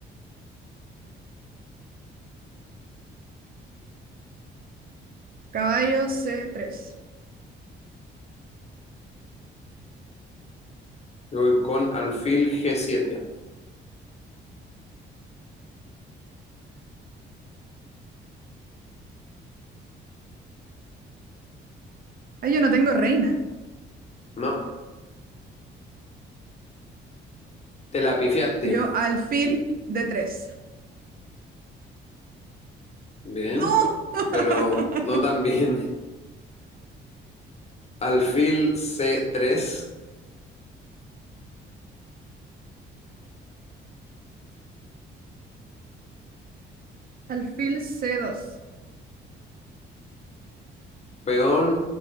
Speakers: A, on the right; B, on the left.
A: caballo C3.
B: Yo voy con alfil g siete.
A: Ay, yo no tengo reina.
B: No, te la pifiaste.
A: Yo, alfil d tres.
B: Bien,
A: ¡No! <laughs>
B: pero no tan bien. <laughs> Alfil c tres,
A: Alfil C2.
B: peón